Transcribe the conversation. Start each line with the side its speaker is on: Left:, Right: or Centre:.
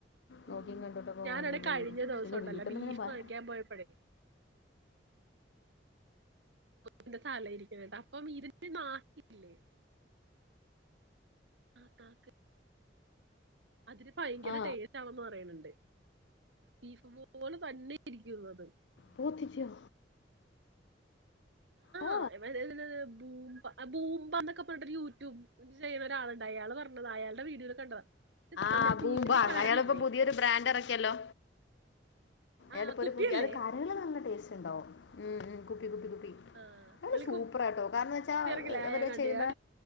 Left: നോക്കി
Right: ഉം
Left: കണ്ടോട്ടൊക്കെ
Right: ഞാനാണെ
Left: വാങ്ങീല്ലെങ്കി
Right: കഴിഞ്ഞ
Left: <unintelligible>
Right: ദിവസം
Left: പിന്നെ
Right: ഉണ്ടല്ലോ
Left: വീട്ടന്ന്ങ്ങനെ
Right: ബീഫ്
Left: വ
Right: വാങ്ങിക്കാൻ പോയപ്പോഴേ അന്റെ തല ഇരിക്കണ <unintelligible> ഇരുന്ന് <unintelligible> ആ താക്ക് അതില് ഭയങ്കര
Left: ആ
Right: ടേസ്റ്റ് ആണന്ന് പറയണണ്ട്. ബീഫ് പോലെ തന്നെ ഇരിക്കുന്നത്
Left: പൂത്തിച്യോ? ഓ
Right: <unintelligible> ബൂംബ ആ ഭൂമ്പ എന്നൊക്കെ പറഞ്ഞിട്ട് ഒരു യൂട്യൂബ് ചെയ്യണ ഒരാളുണ്ട് അയാൾ പർഞ്ഞതാ പറഞ്ഞത അയാളുടെ വീഡിയോൽ കണ്ടതാ ഇത് നമ്മുടെ
Left: ആ ബൂമ്പാർ
Right: ബീഫിന്റെ കരളില്ലേ
Left: അയാളിപ്പോ പുതിയൊരു ബ്രാൻഡ് ഇറക്കിയല്ലോ
Right: ആ
Left: എടപ്പൊരു
Right: കുപ്പിയല്ലേ
Left: പുതിയ അത് കരള് നല്ല ടേസ്റ്റ് ഇണ്ടാവും ഉം ഉം കുപ്പി കുപ്പി കുപ്പി
Right: ആ
Left: അവല്
Right: പുള്ളി
Left: സൂപ്പറാ
Right: കുപ്പി
Left: ട്ടോ കാരണം ന്ന്‌വെച്ചാ
Right: ഇറക്കില്ല
Left: അവര്
Right: ഞാൻ കണ്ടിയാ
Left: ചെയ്യുന്ന